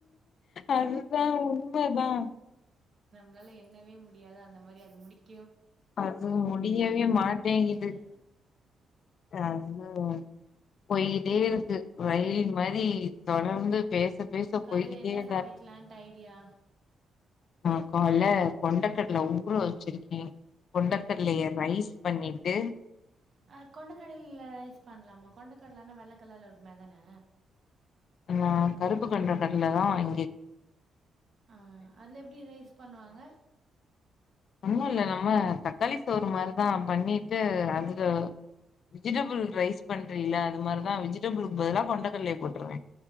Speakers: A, on the left; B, on the right.
A: அதுதா உண்மதா
B: மனால எண்ணவே முடியாதோ அந்த மாரி அது முடிக்
A: அது முடியவே மாட்டேங்குது
B: முடியாது
A: அதுவா போயிட்டே இருக்கு ரயில் மாரி தொடர்ந்து பேச பேச
B: காலைல
A: போய்கிட்டேதா
B: என்ன சமைக்கலான்ட்டு
A: இருக்கு
B: ஐடியா
A: நா கால்ல கொண்டக்கடல ஊர வச்சிருக்கே கொண்டக்கடலைய ரைஸ் பண்ணிட்டு
B: அ கொண்டக்கடல ரைஸ் பண்ணலாமா கொண்டக்கடலானா வெள்ளக் கலர்ல இருக்குமே அதானே
A: நா கருப்பு கொண்டகடல தா இங்கே
B: ஆ அதுல எப்படி ரைஸ் பண்ணுவாங்க
A: ஒண்ணு இல்ல நம்ம தக்காளி சோற மாரிதா பண்ணிட்டு அதுல வெஜிடபிள் ரைஸ் பண்ரேல அது மாரிதா வெஜிடபிளுக்கு பதில்லா கொண்டைக்கடலைய போட்டுருவே